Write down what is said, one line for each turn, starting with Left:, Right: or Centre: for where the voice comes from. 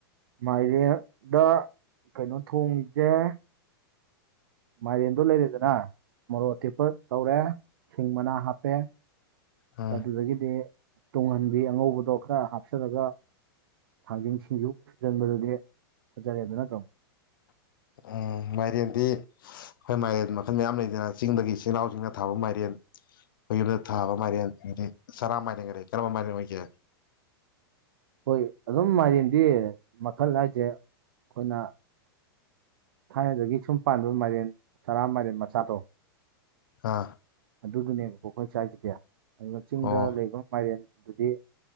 Right: ꯃꯥꯏꯔꯦꯗ ꯀꯩꯅꯣ ꯊꯣꯡꯉꯤꯖ‌ꯦ ꯃꯥꯏꯔꯦꯟꯗꯣ ꯂꯩꯔꯦꯗꯅ ꯃꯔꯣꯛ ꯑꯇꯦꯛꯄ ꯇꯧꯔꯦ ꯁꯤꯡ ꯃꯅꯥ ꯍꯥꯞꯄꯦ
Left: ꯎꯝ
Right: ꯑꯗꯨꯗꯒꯤꯗꯤ ꯇꯨꯡꯍꯟꯕꯤ ꯑꯉꯧꯕꯗꯣ ꯈꯔ ꯍꯥꯞꯆꯜꯂꯒ ꯊꯥꯡꯖꯤꯡ ꯁꯤꯡꯖꯨ ꯁꯨꯖꯤꯟꯕꯗꯨꯗꯤ ꯐꯖꯔꯦꯗꯅꯥ ꯑꯗꯨꯝ
Left: <inaudible> ꯎꯝ ꯃꯥꯏꯔꯦꯟꯗꯤ ꯑꯩꯈꯣꯏ ꯃꯥꯏꯔꯦꯟ ꯃꯈꯜ ꯃꯌꯥꯝ ꯂꯩꯗꯅ ꯆꯤꯡꯗꯒꯤ ꯆꯤꯅꯥꯎꯁꯤꯡꯅ ꯊꯥꯕ ꯃꯥꯏꯔꯦꯟ <unintelligible> ꯑꯩ ꯈꫭꯏꯒꯤꯗ ꯊꯥꯕ ꯃꯥꯏꯌꯔ‌ꯦꯟ ꯗꯤ ꯆꯔꯥ ꯃꯥꯔꯒꯔꯦ ꯀꯔꯝꯕ ꯃꯥꯔ ꯑꯣꯏꯦ
Right: ꯍꯣꯏ ꯑꯗꯨꯝ ꯃꯥꯂꯦꯝꯗꯤ ꯃꯈꯜ ꯍꯥꯏꯁꯦ ꯑꯩꯈꯣꯏꯅ ꯊꯥꯏꯅꯗꯒꯤ ꯁꯨꯝ ꯄꯥꯟꯕ ꯃꯥꯏꯔꯦꯟ ꯁꯔꯥ ꯃꯥꯏꯔꯦꯟ ꯃꯆꯥꯗꯣ
Left: ꯑꯥ
Right: ꯑꯗꯨꯗꯨꯅꯦꯕꯀꯣ ꯑꯩꯈꯣꯏ ꯆꯥꯏꯁꯤꯗꯤ ꯑꯗꯨꯒ ꯆꯤꯡꯗ
Left: ꯑꯣ
Right: ꯂꯩꯕ ꯃꯥꯏꯔꯦꯟ ꯑꯗꯨꯗꯤ